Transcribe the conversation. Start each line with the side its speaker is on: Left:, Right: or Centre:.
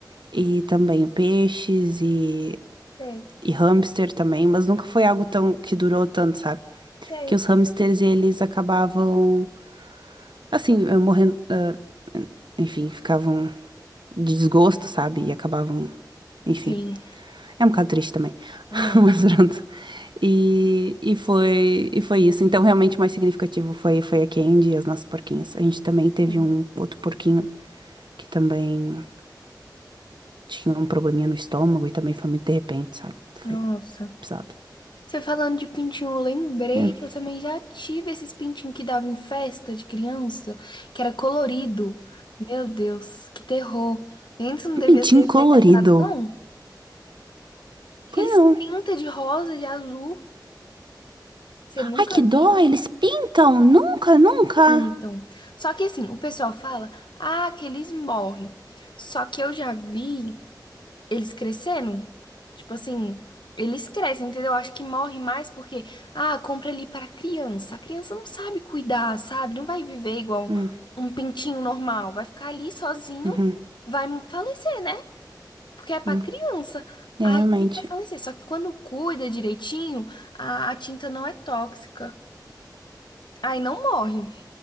Right: e também peixes e,
Left: Sei,
Right: e hamster também, mas nunca foi algo tão que durou tanto, sabe?
Left: sei.
Right: Porque os hamsters eles acabavam assim, eh, morrendo, ah, enfim, ficavam de desgosto, sabe? E acabavam, enfim.
Left: Sim,
Right: É um bocado triste também.
Left: É,
Right: <laughs> Mas pronto. E, e foi, e foi isso. Então, realmente, o mais significativo foi, foi a Candy e as nossas porquinhas. A gente também teve
Left: sim.
Right: um outro porquinho que também tinha um probleminha no estômago e também foi muito de repente, sabe? Foi
Left: Nossa.
Right: pesado.
Left: Você falando de pintinho, eu lembrei
Right: É.
Left: que eu também já tive esses pintinhos que dava em festa de criança, que era colorido. Meu Deus, que terror. Antes não
Right: Um
Left: devia
Right: pintinho
Left: ser
Right: colorido.
Left: legalizado, não. Que
Right: Foi
Left: eles
Right: não.
Left: pintam de rosa, de azul. Você nunca
Right: Ai, que
Left: viu?
Right: dó, eles pintam. Nunca, nunca.
Left: Pintam. Só que assim, o pessoal fala, ah, que eles morrem. Só que eu já vi. eles crescendo, tipo assim, eles crescem, entendeu? Acho que morre mais porque, ah, compra ali para criança. A criança não sabe cuidar, sabe? Não vai viver igual
Right: Hum,
Left: um pintinho normal, vai ficar ali sozinho,
Right: uhum,
Left: vai falecer, né? Porque é para
Right: hum.
Left: criança.
Right: É,
Left: Aí
Right: realmente.
Left: vai falecer. Só que quando cuida direitinho, a, a tinta não é tóxica. Aí não morre.